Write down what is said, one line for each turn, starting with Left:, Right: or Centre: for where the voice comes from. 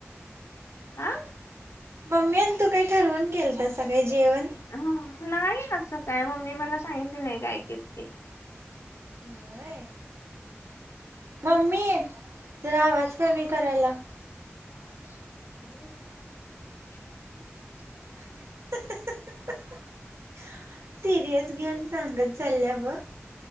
Left: आह?
Right: मम्मी आणि तू काही ठरवून केलतासा काय जेवण?
Left: हा नाही असं काय मम्मी मला सांगितली नाही काय केलती.
Right: होए, मम्मी ये जरा आवाज कमी करायला लाव.
Left: <inaudible>
Right: <unintelligible> सिरियस घेऊन सांगत चालल्या बघ.